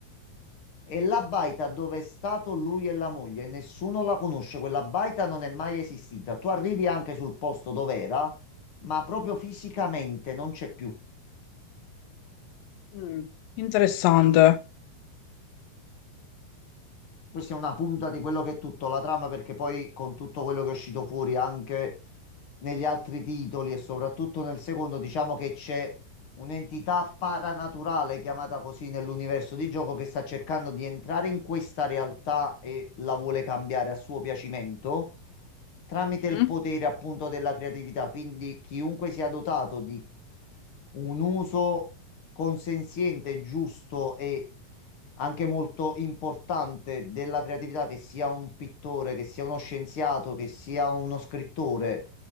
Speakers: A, on the left; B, on the left.
A: e la baita dove è stato lui e la moglie. Nessuno la conosce, quella baita non è mai esistita. Tu arrivi anche sul posto dove era, ma proprio fisicamente non c'è più.
B: Mm. Interessante.
A: Questa è una punta di quello che è tutto la trama, perché poi con tutto quello che è uscito fuori anche negli altri titoli e soprattutto nel secondo, diciamo che c'è un'entità paranaturale, chiamata così nell'universo di gioco, che sta cercando di entrare in questa realtà e la vuole cambiare a suo piacimento tramite
B: Mhm.
A: il potere appunto della creatività. Quindi chiunque sia dotato di un uso consenziente, giusto e anche molto importante della creatività, che sia un pittore, che sia uno scienziato, che sia uno scrittore